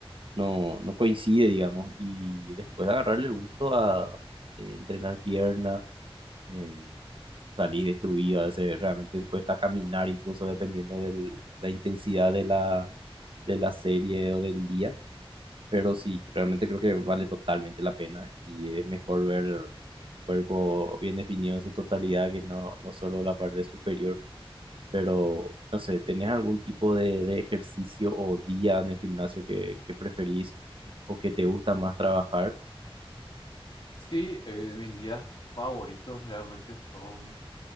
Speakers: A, on the right; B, on the left.
A: no, no coincide, digamos, y después agarrarle el gusto a eh, entrenar pierna, eh, salir destruido, a veces realmente cuesta caminar incluso dependiendo de la intensidad de la, de la serie o del día. Pero sí, realmente creo que vale totalmente la pena y es mejor ver el cuerpo bien definido en su totalidad que no, no solo la parte superior. Pero, no sé, ¿tenés algún tipo de, de ejercicio o día en el gimnasio que, que preferís o que te gusta más trabajar?
B: Sí, eh, mis días favoritos realmente son,